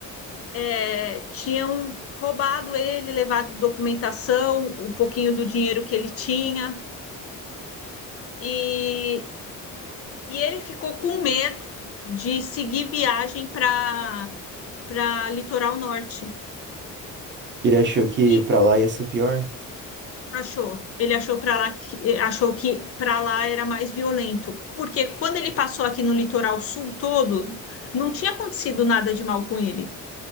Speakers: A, on the left; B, on the right.
A: é, tinham roubado ele, levado documentação, o pouquinho do dinheiro que ele tinha, e, e ele ficou com medo de seguir viagem para para Litoral Norte.
B: Ele achou que
A: E
B: pra lá ia ser pior?
A: Achou. Ele achou para lá que achou que para lá era mais violento, porque quando ele passou aqui no litoral sul todo, não tinha acontecido nada de mal com ele.